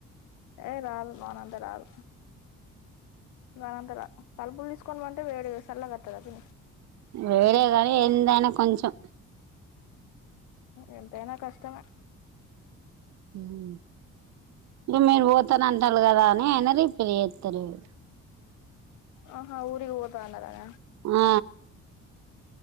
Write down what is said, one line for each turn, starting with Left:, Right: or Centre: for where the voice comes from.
Left: ఏ రాను పోనంటే రాను రానంట రా తలుపులు తీసుకోమంటే వేడి గా సల్లగొత్తద అది
Right: వేడే కానీ ఏం ఎండైనా కొంచెం
Left: ఎంతైనా కష్టమే
Right: హ్మ్మ్ ఇగ మీరు పోతారంటారు కదా అని అనిరి పలిచేతారచు
Left: ఆహా ఊరికి పోతా అన్నాగద
Right: ఆ